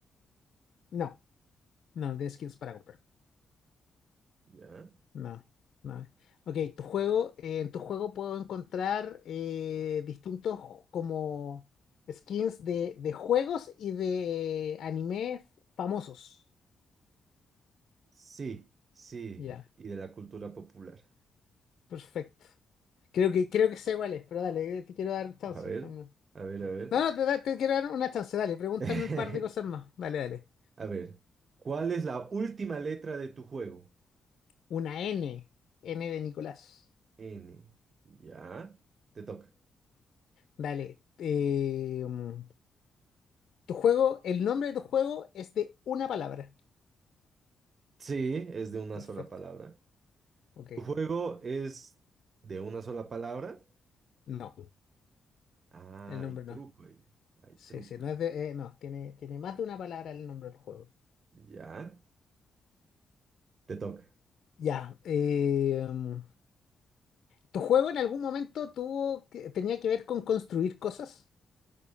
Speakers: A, on the left; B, on the right.
A: no, no tienes skins para comprar.
B: Ya.
A: No, no. Ok, tu juego, eh, en tu juego puedo encontrar eh, distintos como skins de, de juegos y de anime famosos.
B: Sí, sí,
A: Ya,
B: y de la cultura popular.
A: perfecto. Creo que, creo que sé cuál es, pero dale, te quiero dar chance
B: A ver,
A: también.
B: a ver, a ver.
A: No, no, te, da- te quiero dar una chance, dale, pregúntame
B: <laughs>
A: un par de cosas más. Dale, dale.
B: A ver, ¿cuál es la última letra de tu juego?
A: Una N, N de Nicolás.
B: N. Ya, te toca.
A: Dale. eh, mm, tu juego, el nombre de tu juego es de una palabra.
B: Sí, es de una
A: Perfecto.
B: sola palabra.
A: Ok.
B: ¿Tu juego es de una sola palabra?
A: No,
B: Ah,
A: el nombre
B: hay truco
A: no.
B: ahí. Hay
A: Sí,
B: truco
A: sí, no
B: ahí.
A: es de, eh, no, tiene, tiene más de una palabra el nombre del juego.
B: Ya, te toca.
A: Ya. eh, mm, ¿tu juego en algún momento tuvo que- tenía que ver con construir cosas?